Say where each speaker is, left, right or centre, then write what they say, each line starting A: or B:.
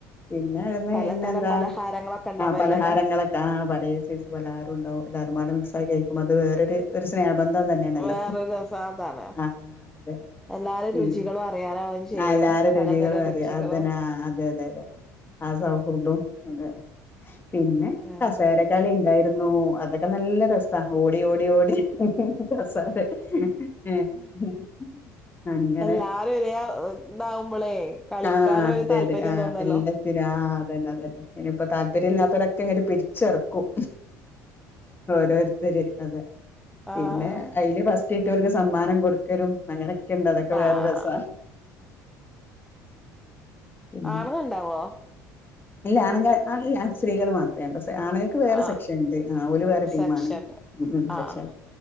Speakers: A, on the left (about 25°); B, in the centre.
A: പിന്നെ അന്ന്
B: പലതരം
A: പിന്നെ എന്താ
B: പലഹാരങ്ങളൊക്കെ ഉണ്ടാവല്ലോല്ലേ
A: ആഹ് പലഹാരങ്ങ ങ്ങളെ പലേ സയ്സ്‌ പലഹാരമുണ്ടാവും എല്ലാരും മിക്സ് ആക്കി കഴിക്കും അത് വേറൊ ഒരു സ്നേഹബന്ധം തന്നെ
B: വേറൊരു രസം അതാണ്
A: ആഹ് അതെ അതെ
B: എല്ലാരും
A: ഉം
B: രുചികളും അറിയാനാവും ചെയ്യും
A: എല്ലാരും
B: പലതരം
A: രുചികളും അറിയാ
B: രുചികളും
A: അതിനാ. അതെ അതെ അതെ ആഹ് സൗഹൃദം അതെ പിന്നെ
B: ആഹ്
A: കസേര ക്കളി ഉണ്ടായിരുന്നു അതൊക്കെ നല്ല രസാ ഓടി ഓടി ഓടി രസാ <unintelligible> അങ്ങനെ
B: എല്ലാരും ഒരേ ഇതാവുമ്പോളേ കളിക്കാനും
A: ആഹ് അതെ
B: ഒരു താല്പര്യം
A: അതെ ആഹ്
B: തോന്നല്ലോ
A: എല്ലാ ആഹ് അതെത തെ ഇനിയിപ്പം താല്പര്യം ഇല്ലാത്തൊലക്കെ ഇങ്ങര് പിടിച്ച് ഇറക്കും ഓരോ തൊരു അതെ
B: ആഹ്
A: പിന്നെ അയ്‌ല് ഫസ്‌റ്റ്‌ കിട്ട്യോൽക്ക് സമ്മാനം കൊടുക്കലും അങ്ങനെ ഒക്കെ ഇണ്ട് അതൊക്കെ വേറെ
B: ആഹ്
A: രസാ പിന്നെ
B: ആണന്നുണ്ടാവോ
A: ഇല്ല ആണെങ്ക ആല്ല ശ്രീ മാത്രേ <unintelligible> ആണുങ്ങൾക്ക് വേറെ
B: ആ
A: സെക്ഷൻ ഉണ്ട് ആഹ് ഓല് വേറെ ടീമ്
B: സെക്ഷൻണ്ട്
A: ആണ് ഉം ഉം.
B: ആഹ്
A: സെക്ഷൻ